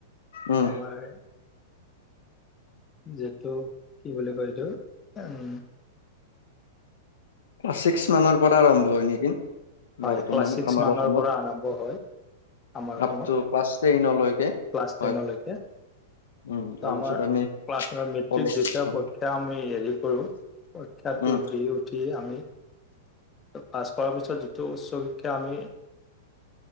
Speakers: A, on the left (about 90°); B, on the left (about 20°).
A: উম
B: আমাৰ যিটো কি বুলি কয় এইটো উম,
A: ক্লাছ ছিক্স মানৰ পৰা আৰম্ভ হয় নেকি
B: হয়,
A: বৰ্তমান
B: ক্লাছ ছিক্স
A: আমাৰ
B: মানৰ
A: অসমত
B: পৰা আৰম্ভ হয়। আমাৰ অসমত
A: আপ টু ক্লাছ টেইনলৈকে
B: ক্লাছ
A: হয়
B: টেনলৈকে।
A: উম, তাৰপিছত
B: আমাৰ
A: আমি
B: ক্লা নাই মেট্ৰিক
A: কলেজ
B: যেতিয়া
A: যাওঁ
B: এয়া আমি হেৰি কৰোঁ পৰীক্ষাটো
A: উম,
B: দি উঠি আমি পাছ কৰাৰ পিছত যিটো উচ্চ শিক্ষা আমি